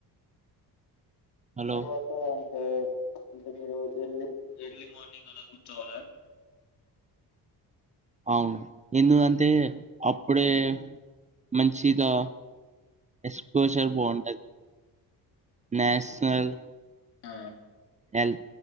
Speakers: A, on the right; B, on the left.
A: హలో
B: తరువాత అంటే అంటే మీరు ఎర్లీ ఎర్లీ మార్నింగ్ అలా కూర్చోవాలా
A: అవును ఎందుకంటే అప్పుడే మంచిదా ఎక్స్పోజర్ బాగుంటది నేషనల్
B: ఆ
A: ఎల్